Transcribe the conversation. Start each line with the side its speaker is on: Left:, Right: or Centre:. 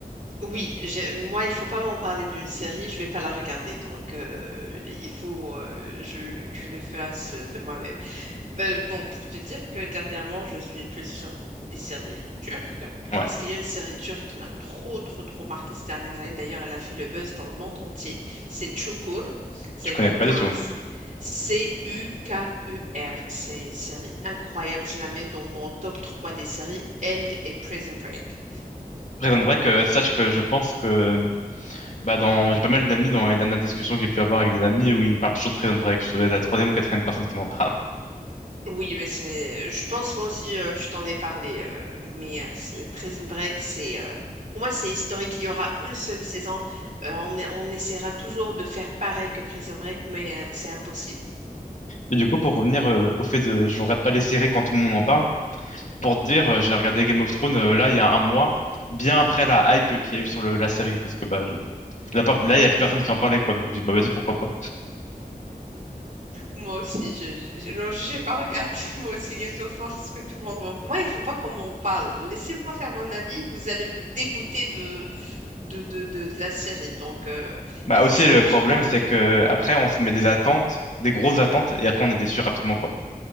Right: Oui, j'ai- moi, il faut pas m'en parler d'une série, je vais pas la regarder. Donc, euh, il faut euh, je le- que je le fasse euh, de moi-même. Mais bon, pour te dire que dernièrement, je suis plus sur des séries turques,
Left: Ouais,
Right: parce qu'il y a une série turque qui m'a trop, trop, trop marqué ces dernières années. D'ailleurs, elle a fait le buzz dans le monde entier. C'est Çukur. C'est
Left: je connais
Right: avec
Left: pas du
Right: un
Left: tout.
Right: s- C-U-K-U-R. C'est une série incroyable. Je la mets dans mon top 3 des séries. Elle et Prison Break.
Left: Prison Break, euh, sache que je pense que bah dans j'ai pas mal d'amis dans les dernières discussions que j'ai pu avoir avec des amis où ils me parlent toujours de Prison Break. Je dois être la troisième ou quatrième personne qui m'en parle.
Right: Oui, mais c'est. Je pense moi aussi, euh, je t'en ai parlé, euh, mais euh, c'est- Prison Break, c'est. euh, Pour moi, c'est historique. Il y aura une seule saison. Euh, on, est- on essaiera toujours de faire pareil que Prison Break, mais euh, c'est impossible.
Left: Mais du coup, pour revenir euh, au fait de je regarde pas les séries quand tout le monde en parle, pour te dire, euh, j'ai regardé Game of Thrones euh, là il y a un mois, bien après la hype euh, qu'il y a eu sur le- la série, parce que bah, je- là,
Right: Mhm.
Left: pas- là, il y a plus personne qui en parlait, quoi, donc je me dis, bah vas-y, pourquoi pas.
Right: Moi aussi, je, je, je- non, j'ai pas regardé <laughs> moi aussi Games of War ce que tout le monde. m'en- Moi, il faut pas qu'on m'en parle. Laissez-moi faire mon avis. Vous allez me dégoûter de de de, de, de la série. Donc, euh,
Left: Bah
Right: effectivement,
Left: aussi, le problème,
Right: j'ai pas regardé.
Left: c'est que après, on se met des attentes, des grosses attentes, et après, on est déçu rapidement, quoi.